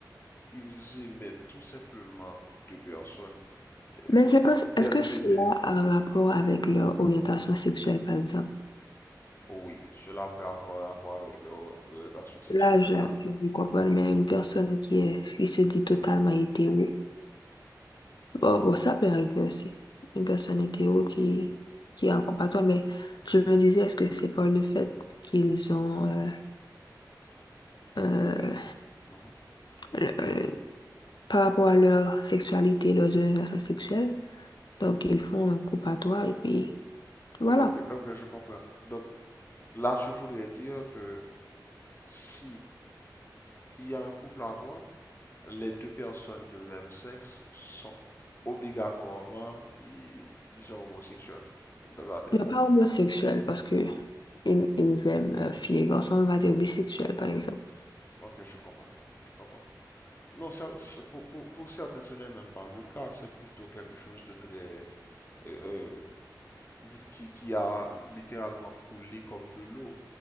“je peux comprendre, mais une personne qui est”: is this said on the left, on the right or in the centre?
Left